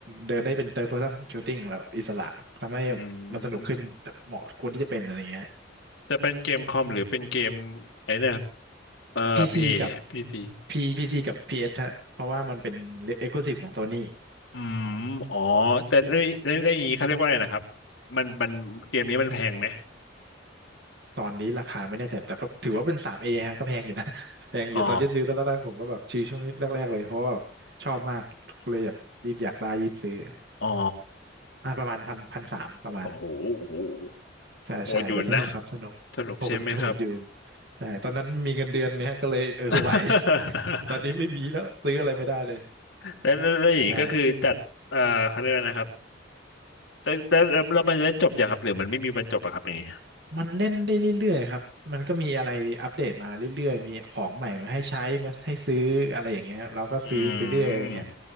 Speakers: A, on the right; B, on the left.
A: เดินได้เป็น third person shooting แล้วอิสระทำให้
B: อื
A: มันสนุกขึ้นเหมาะควรที่จะเป็นอะไรเงี้ย
B: มจะเป็นเกมคอมหรือเป็นเกมไอ้เนี่ยเอ่อเพย์พีซี
A: พีซีกับ P PC กับ PS ฮะเพราะว่ามันเป็น exclusive ของ Sony
B: อืมอ๋อแต่เรื่องเรื่องเรื่องอย่างนี้เขาเรียกว่าอะไรนะครับมันมันเกมนี้มันแพงไหม
A: ตอนนี้ราคาไม่แน่ใจแต่ก็ถือว่าเป็นสามเอฮะก็แพงอยู่นะ <laughs> แพงอยู่ตอนที่ซื้อตอนแรกๆผมก็แบบชื่อช่วงนี้แรกๆเลยเพราะว่าแบบชอบมากเลยแบบรีบอยากได้รีบซื้อ
B: อ๋ออ๋อ
A: อ่าประมาณพันพันสามประมาณ
B: โอ้โหโอ้โห
A: ใช่ใช่แต่สนุกครับสนุกโหดโหดอยู่
B: โหดอยู่นะสนุกใช่ไหมครับ
A: ใช่ตอนนั้นมีเงินเดือนเนี่ยก็เลยเออไหว
B: <laughs>
A: <laughs> ตอนนี้ไม่มีแล้วซื้ออะไรไม่ได้เลย
B: แล้วแล้วแล้วอย่างนี้ก็คือจัดเอ่อเขาเรียกว่นะครับ
A: ใช่
B: แต่แต่แล้วมันจะจบอย่างครับหรือมันไม่มีวันจบอะครับอย่างนี้
A: มันเล่นได้เรื่อยๆครับมันก็มีอะไรอัปเดตมาเรื่อยๆมีของใหม่มาให้ใช้มาให้ซื้ออะไรอย่างเงี้ยเราก็ซื้อไปเรื่อยอะไรเงี้ย
B: อืม